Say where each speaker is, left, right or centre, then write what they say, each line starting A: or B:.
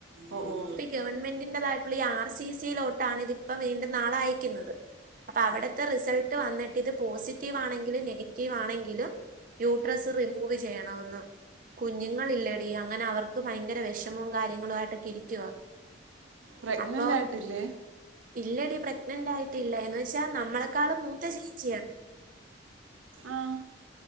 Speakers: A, on the right; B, on the right.
A: ഓ ഓ.
B: ഗവൺമെന്റിന്റതായിട്ടുള്ള ഈ ആർ സി സിയിലോട്ടാണ് ഇതിപ്പ വീണ്ടും - നാളെ അഴക്കുന്നത്. അപ്പ അവിടുത്തെ റിസൾട്ട് വന്നിട്ട് ഇത് പോസിറ്റീവ് ആണെങ്കിലും നെഗ റ്റീവ് ആണെങ്കിലും യൂട്രസ് റിമൂവ് ചെയ്യണമെന്ന്. കുഞ്ഞുങ്ങളില്ലെടീ, അങ്ങനെ അവർക്ക് ഭയങ്കര വിഷമവും കാര്യങ്ങളു ആയിട്ടൊക്കെ ഇരിക്കുവ.
A: പ്രഗ്നൻറ്
B: അപ്പൊ
A: ആയിട്ടില്ലേ?
B: ഇല്ലടി പ്രഗ്നന്റ് ആയിട്ടില്ല. എന്ന് വെച്ചാ നമ്മളെക്കാളും മൂത്ത ചേച്ചിയാ.
A: ആഹ്.